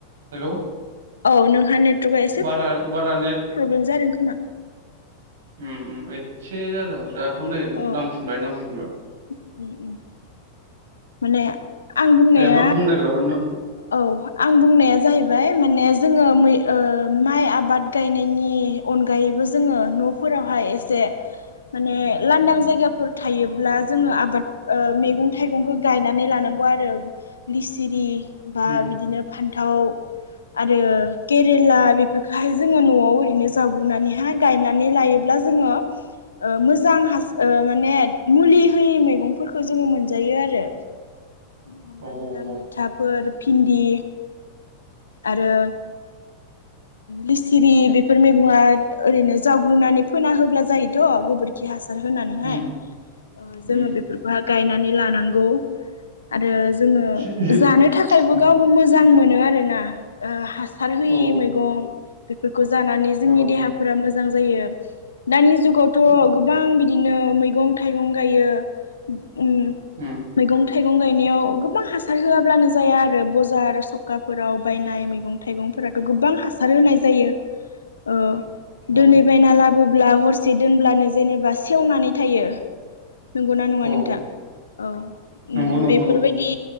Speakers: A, on the right; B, on the left.
A: हेलौ
B: औ नोंहा नेटवर्कआ एसे
A: बारा बारा नेट
B: प्रब्लेम जादों। ना।
A: उम एसे जादों दा। दाथ नै
B: औ
A: नांफिनबाय नांफिनबाय।
B: उम उम। माने। आं बुंनाया
A: दे मा बुंनो नागिरामोन नों।
B: औ आं बुंनाया जाहैबाय माने जोंङो बै माइ आबाद गायनायनि अनगायैबो जोंङो नफोरावहाय एसे माने लांदां जायगाफोर थायोब्ला जोंङो आबाद मैगं थाइगंखौ गायनानै लानांगौ आरो लेस्रा। बा
A: उम
B: बिदिनो फानलु। फानथाव आरो केेरेला बेफोरखौहाय जोंङो न'आव ओरैनो जावग्रिनानैहाय गायनानै लायोब्ला जोङो मोजां माने मुलि होयै मैगंफोरखौ जोंङो मोनजायो आरो। हमनानै
A: औ
B: ला
A: औ
B: मैथा फिन्दि आरो लेस्रा बेफोर मैगङा ओरैनो जावग्रिनानै फोना होब्ला जायोथ गोबोरखि हासार होनानैहाय
A: उम
B: जोंङो
A: उम
B: बेफोरखौ गायनानै। लानांगौ आरो जोंङो
A: सि- जो
B: जानो थाखायबो
A: उम
B: गावबो मोजां मोजां मोनो आरो ना ओ हासार हासार होयै
A: औ
B: मैगं बेफोरखौ जानानै जोंनि
A: औ
B: देहाफोरा मोजां मोजां जायो दानि जुगावथ'
A: औ
B: गोबां बिदिनो मै मैगं-थाइगं गायो उम
A: उम
B: मैगं थाइगं गायनायाव गोबां हासार होआब्लानो जाया आरो बजार सखाफोराव बायनाय मैगं थाइगंफोराथ' गोबां हासार होनाय जायो ओ
A: औ
B: दोनै बायना लाबो ब्ला हरसे दोनब्लानो जेनेबा सेवनानै थायो। नंगौ ना नङा
A: औ
B: नोंथां औ उम
A: नंगौ नंगौ
B: बेफोरबायदि
A: नंगौ